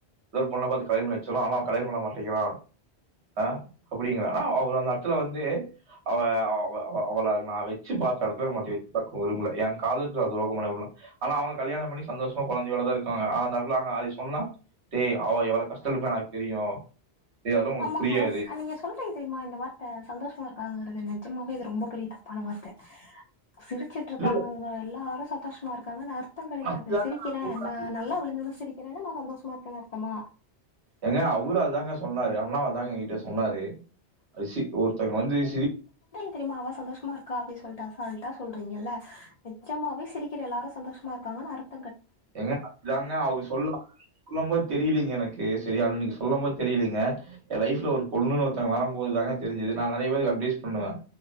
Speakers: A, on the right (about 80°); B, on the left (about 55°).
A: ஏதோ ஒரு பொண்ண பாத்து கல்யாணோ பண்ணி வெச்சிட்ரோ ஆனா அவ கல்யாணோ பண்ண மாட்டேங்கிறா ஆஹ அப்டிங்கிற ஆனா அவரு அந்த எடத்துல வந்து அவ அவ்வ அவ்வ அவள நா வெச்சு பாத்த எடத்துல பாக்க விரும்பல ஏன் காதலுக்கு நா துரோகம் பண்ண விரும்பு ஆனா அவங்க கல்யாணம் பண்ணி சந்தோஷமா குழந்தையோட தான் இருக்காங்க ஆனா நடுவுல நான் இன்னொன்னு சொல்லணும் டேய் அவ எவ்ளோ கஷ்டப்பட்டுருப்பானு எனக்கு தெரியும் டேய்! அதெல்லாம் உனக்கு
B: ஆமா
A: புரியாது."
B: அவங்க நீங்க சொல்றீங்க தெரியுமா இந்த வார்த்தை சந்தோஷமா இருக்காங்கிறது நஜம்மாவே இது ரொம்ப பெரிய தப்பான வார்த்தை சிரிச்சிட்டு இருக்காங்க
A: இல்ல, இல்ல.
B: எல்லாரும் சந்தோஷமா இருக்காங்கனு அ ர்த்தம் கிடையாது
A: அதுதாங்க
B: சிரிக்கிறேன்
A: நான் சொல்றேங்க.
B: நான் நல்லா விழுந்து விழுந்து சிரிக்கிறேன்னு நான் சந்தோஷமா இருக்கேனு அர்த்தமா
A: ஏங்க அவரு அதுதாங்க சொன்னாரு அண்ணாவ தான்ங்க என்கிட்ட சொன்னாரு அது சி ஒருத்தங்க வந்து சிரி
B: தெரியுமாவா அவ சந்தோஷமா இருக்கா அப்படின் சொல்ட்டு அசால்ட்டா சொல்றீங்கல்ல நிஜமாவே சிரிக்கிற எல்லாரும் சந்தோஷமா இருக்காங்கன்னு அர்த்
A: ஏங்க அப்டித்தாங்க அவரு சொல்ல சொல்லபோது தெரியலீங்க எனக்கு சரி அன்னிக்கு சொல்லும் போது தெரியளைங்க என் லைஃப்ல ஒரு பொண்ணுன்னு ஒருத்தவங்க வரம்போதுத்தாங்க தெரிஞ்சுது நான் நெறய பேர்க்கு அட்வைஸ் பண்ணுவேன்